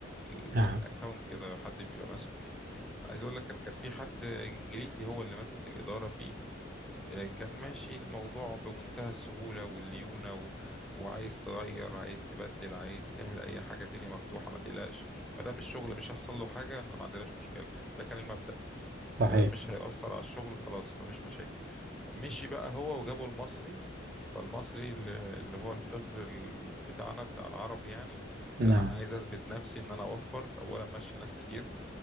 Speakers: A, in the centre; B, on the right (about 50°).
A: الأكاونت
B: نعم
A: كده حد بيبقى ماسكه يعني. عايز اقول لك كان كان في حد انجليزي هو اللي ماسك الاداره فيه آه، كان ماشي الموضوع بمنتهى السهوله والليونه و... وعايز تغير عايز تبدل عايز تعمل اي حاجه الدنيا مفتوحه ما تقلقش ما دام الشغل مش هيحصل له حاجه احنا ما عندناش مشكله ده كان المبدأ
B: صحيح
A: ما دام مش هيأثر على الشغل خلاص ما فيش مشاكل مشي بقى هو وجابوا المصري فالمصري اللي اللي هو الفقر ال- بتاعنا بتاع العرب يعني
B: نعم
A: لا انا عايز اثبت نفسي ان انا اوفر اولا ماشي ناس كتير